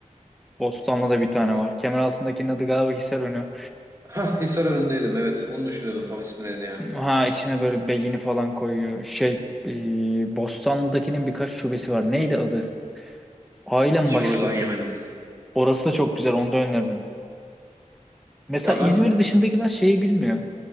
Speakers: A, in the centre; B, on the right.
A: Bostanlı'da bir tane var. Kemeraltı'ndakinin adı galiba Hisarönü.
B: ha Hisar önündeydim evet. Onu düşünüyordum tam ismi ne diye.
A: Ha içine böyle beyni falan koyuyor. Şey e, Bostanlı'dakinin birkaç şubesi var. Neydi adı? Ailem
B: Hiç
A: başlıyordu.
B: oradan yemedim.
A: Orası da çok güzel. Onu da öneririm. Mesela
B: Ya
A: İzmir
B: ben
A: dışındakiler şeyi bilmiyor.